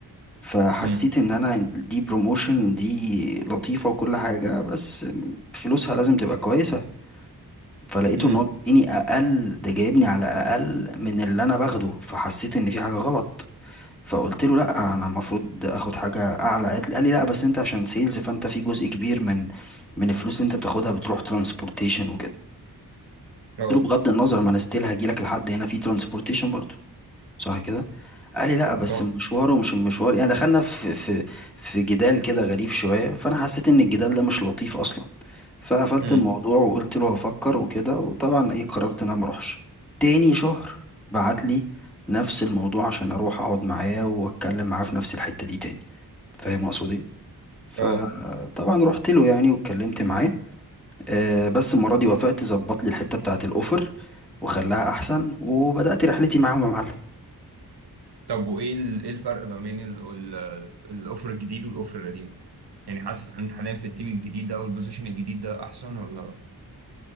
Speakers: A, in the centre; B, on the right.
A: فحسيت
B: امم
A: ان انا دي بروموشن دي لطيفه وكل حاجه بس فلوسها لازم تبقى كويسه فلقيته
B: امم
A: ان هو بيديني اقل ده جايبني على اقل من اللي انا باخده فحسيت ان في حاجه غلط فقلت له لا انا المفروض اخد حاجه اعلى قالت- قال لي لا بس انت عشان سيلز فانت في جزء كبير من من الفلوس اللي انت بتاخدها بتروح ترانسبورتيشن وكده
B: اه
A: قلت له بغض النظر ما انا ستيل هجيلك لحد هنا في ترانسبورتيشن برضو صح كده قال لي لا بس
B: صح
A: المشوار ومش المشوار يعني دخلنا في في في جدال كده غريب شوية فانا حسيت ان الجدال ده مش لطيف اصلا فقفلت
B: امم
A: الموضوع وقلت له هفكر وكده وطبعا ايه قررت ان انا ما اروحش تاني شهر بعت لي نفس الموضوع عشان اروح اقعد معاه واتكلم معاه في نفس الحتة دي تاني فاهم اقصد ايه فطبعا
B: اه
A: رحت له يعني واتكلمت معاه آه، بس المرة دي وافقت ظبط لي الحتة بتاعة الأوفر وخلاها أحسن وبدأت رحلتي معاهم يا معلم
B: طب وايه ال- ايه الفرق ما بين ال- ال- الاوفر الجديد والاوفر القديم يعني حاسس انت حاليا في التيم الجديد ده او البوزيشن الجديد ده احسن ولا